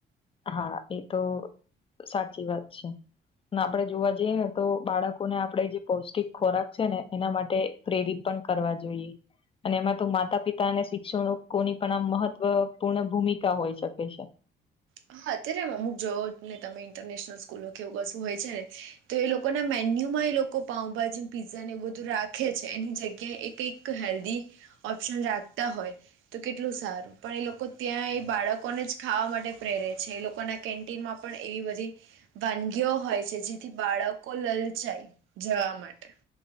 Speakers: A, on the left (about 30°); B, on the right (about 80°).
A: હા, એ તો સાચી વાત છે. આપડે જોવા જઈએ ને તો બાળકોને આપણેે જે પૌષ્ટિક ખોરાક છે, ને એના માટે પ્રેરિત પણ કરવા જોઈએ, અને એમાં તો માતા પિતા અને શિક્ષણ કોની પણ આ મહત્વપૂર્ણ ભૂમિકા હોઈ શકે છે.
B: હા, અત્યારે અમુક જો ને તમે ઇન્ટરનેશનલ સ્કૂલો કેવું કશું હોય છે, ને તો એ લોકો ના મેન્યુ માં એ લોકો પાઉભાજીને પીઝા ને એ બધું રાખે છે, એની જગ્યાએ એ કઈક <inaudible> હેલ્દી ઓપ્શન રાખતા હોય, તો કેટલું સારું પણ એ લોકો ત્યાં એ બાળકોને જ ખાવા માટે પ્રેરે છે, એ લોકોના કેન્ટીનમાં પણ એવી બધી વાનગીઓ હોય છે, જેથી બાળકો લલસાય જાય જવા માટે.